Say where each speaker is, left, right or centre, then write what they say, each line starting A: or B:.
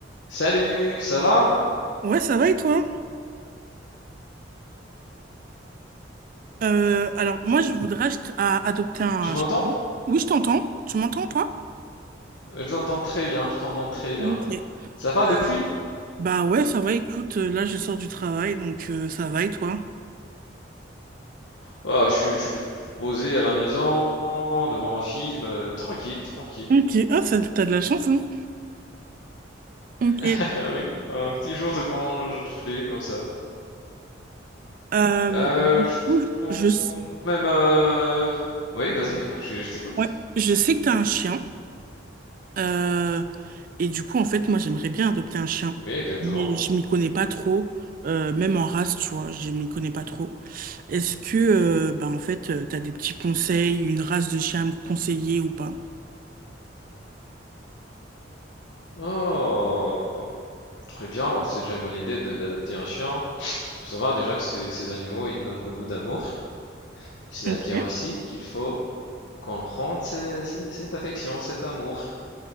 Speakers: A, on the left; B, on the right.
A: Salut, ça va?
B: Ouais, ça va et toi? Euh, alors, moi, je voudrais acht- à- adopter un
A: Tu m'entends?
B: chien. Oui, je t'entends. Tu m'entends, toi?
A: Je t'entends très bien, je t'entends très
B: Ok.
A: bien. Ça va
B: Euh,
A: depuis?
B: bah ouais, ça va, écoute, euh, là, je sors du travail, donc euh, ça va et toi?
A: Ah, je suis, je suis posé à la maison, devant un film, euh, tranquille, tranquille.
B: Ok. Ah, ça, t'as de la chance, hein? Ok.
A: <laughs> Ah oui, un petit jour de congé comme ça.
B: Euh,
A: Euh,
B: du
A: je
B: coup,
A: compte
B: je, s-
A: même... euh, Oui, vas-y, écou- je, je t'écoute.
B: ouais, je sais que t'as un chien. euh, et du coup, en fait, moi, j'aimerais bien adopter un chien.
A: Oui, exactement.
B: Mais je m'y connais pas trop, euh, même en race, tu vois, je m'y connais pas trop. Est-ce que, euh, bah, en fait, euh, t'as des petits conseils, une race de chien à me conseiller ou pas?
A: Oh, très bien, bah, c'est déjà une bonne idée de- d'adopter un chien. Faut savoir déjà que ces, ces animaux, ils donnent beaucoup d'amour. C'est-à-dire
B: Ok.
A: aussi qu'il faut... qu'on rende ce- ce- cette affection, cet amour.